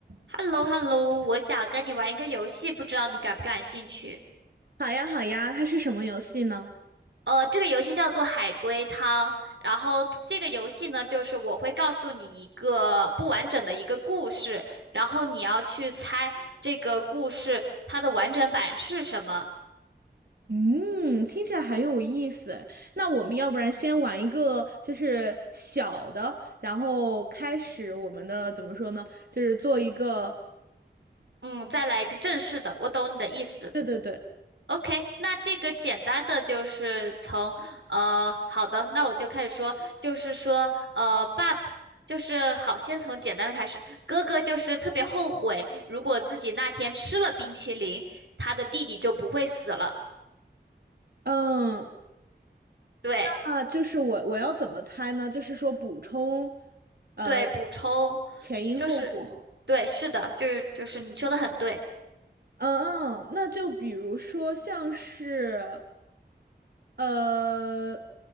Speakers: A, on the right; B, on the right.
A: h e l l o h e l l o 我想跟你玩一个游戏，不知道你感不感兴趣？
B: 好呀，好呀，它是什么游戏呢？
A: 呃，这个游戏叫做海龟汤，然后这个游戏呢，就是我会告诉你一个不完整的一个故事，然后你要去猜这个故事它的完整版是什么。
B: 嗯，听起来很有意思。那我们要不然先玩一个，就是小的，然后开始我们的怎么说呢？就是做一个，
A: 嗯，再来一个正式的，我懂你的意思。
B: 对对对，
A: OK，那这个简单的就是从呃，好的，那我就开始说，就是说呃，爸爸就是好，先从简单的开始。哥哥就是特别后悔，如果自己那天吃了冰淇淋，他的弟弟就不会死了。
B: 嗯，
A: 对
B: 那就是我我要怎么猜呢？就是说补充，呃，
A: 对，补充
B: 前因后果。
A: 就是对，是的，就是就是你说的很对，
B: 嗯嗯，那就比如说像是。呃，